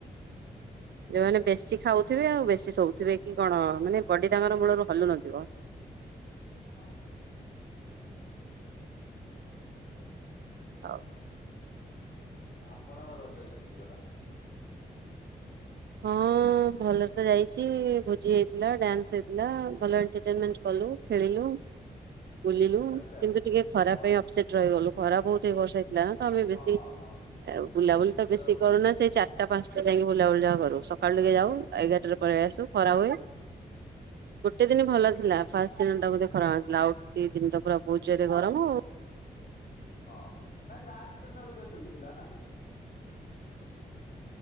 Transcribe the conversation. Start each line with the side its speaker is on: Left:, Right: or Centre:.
Left: ଠିକ
Right: ଯୋଉମାନେ
Left: ଠିକ
Right: ବେଶୀ ଖାଉ ଥିବେ ଆଉ ବେଶୀ ଶୋଉଥିବେ କି କଣ ମାନେ ବଡି ତାଙ୍କର ମୂଳରୁ ହଲୁନଥିବ।
Left: ହଁ।
Right: ଆଉ।
Left: ଆପଣଙ୍କ ରଜ କେମିତି ଗଲା
Right: ହଁ। ହଁ ଭଲରେ ତ ଯାଇଛି ଭୋଜି ହେଇଥିଲା ଡନ୍ସ ହେଇଥିଲା ଭଲ ଏଟରଟେଣ୍ଟ କଲୁ ଖେଳିଲୁ ବୁଲିଲୁ
Left: ଆଚ୍ଛା
Right: କିନ୍ତୁ ଟିକେ ଖରା
Left: କଣ
Right: ପାଇଁ ଅପସେଟ ରହିଗଲୁ ଖରା ବହୁତ ଏଇ ବର୍ଷ ତମେ
Left: ହଁ
Right: ବେଶୀ
Left: ହଁ ହଁ
Right: ବୁଲାବୁଲି ତ
Left: ଏଥର
Right: ବେଶୀ କରୁନା ସେଇ ଚାରିଟା ପାଞ୍ଚଟା ଯାଇକି ବୁଲାବୁଲି ଯାହା କରୁ। ସକାଳୁ ଟିକେ ଯାଉ ଏଗାରଟରେ ପଳେଇ ଆସୁ ଖରା ହୁଏ ଗୋଟେ ଦିନ ଭଲ ଥିଲା। ଫା ତିନଟା ବେ ଖରା ହେଥିଲା ଆଉ ଦି ଦିନଟା ପୁରା ବହୁ ଜରେ ଗରମ ଆଉ
Left: ହଁ ନାଇଁ ଲାଷ୍ଟ ଦିନ ବି ତ ଠିକ ଥିଲା ନା।